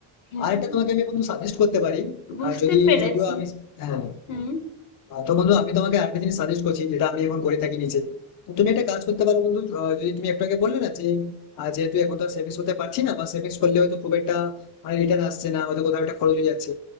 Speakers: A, on the left; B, on the left.
A: হ্যাঁ
B: আর একটা তোমাকে আমি বন্ধু সাজেস্ট করতে পারি
A: বুঝতে
B: আহ, যদি
A: পেরেছি
B: যদিও আমি হ্যাঁ
A: হুম
B: আহ, তো বন্ধু আমি তোমাকে আরেকটা জিনিস সাজেস্ট করছি যেটা আমি এখন করে থাকি নিজে তো তুমি একটা কাজ করতে পারো বন্ধু আহ, যদি তুমি একটু আগে বললে না যে আহ, যেহেতু এখন তো সেভিংস করতে পারছি না বা সেভিংস করলে হয়তো খুব একটা রিটার্ন আসছে না হয়তো কোথাও একটা খরচ হয়ে যাচ্ছে